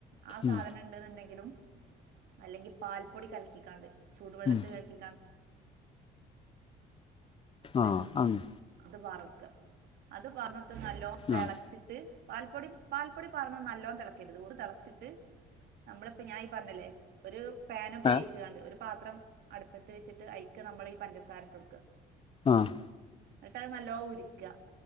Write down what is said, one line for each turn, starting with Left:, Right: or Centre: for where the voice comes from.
Right: ആ
Left: ഉം
Right: സാധനം ഇണ്ട്ന്ന്ണ്ടേങ്കിലും അല്ലെങ്കി പാൽപ്പൊടി കല്ക്കിക്കാണ്ട് ചൂടുവെള്ളത്ത്
Left: ഉം
Right: കല്ക്കിക്കാ ത്
Left: ആഹ് അങ്ങ്
Right: അത് പാറ്ന്നോട്ക്ക അത് പാറ്ന്നോട്ത്ത് നല്ലോം തെളച്ച്ട്ട്
Left: ആഹ്
Right: പാൽപ്പൊടി പാൽപ്പൊടി പാറ്ന്നാ നല്ലോം തെളക്കര്ത് ഓന്ന് തെളച്ച്ട്ട് നമ്മളിപ്പ ഞാൻ ഈ പറഞ്ഞ്ലേ ഒര് പാന് ഉപയോഗിച്ചാണ്ട്
Left: ഏഹ്
Right: ഒരു പാത്രം അട്പ്പത്ത് വെച്ചിട്ട് അയിക്ക് നമ്മള് ഈ പഞ്ചസാര ഇട്ടോട്ക്ക
Left: ആഹ്
Right: ഇന്നട്ടത് നല്ലോം ഉര്ക്ക